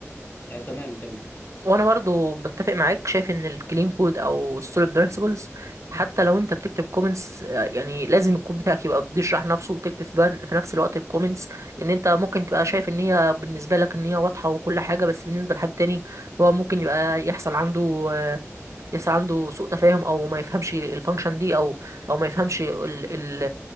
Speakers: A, on the left; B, on the right.
A: آه، تمام كمل
B: وانا برضو بتفق معاك شايف ان الكلين كود او السوليد برينسيبلز حتى لو انت بتكتب كومنتس يعني لازم الكود بتاعك يبقى بيشرح نفسه وتكتب في بن- في نفس الوقت الكومنتس لان انت ممكن تبقى شايف ان هي بالنسبه لك ان هي واضحه وكل حاجه بس بالنسبه لحد تاني هو ممكن يبقى يحصل عنده آه، يسعى عنده سوء تفاهم او ما يفهمش الفانكشن دي او او ما يفهمش ال ال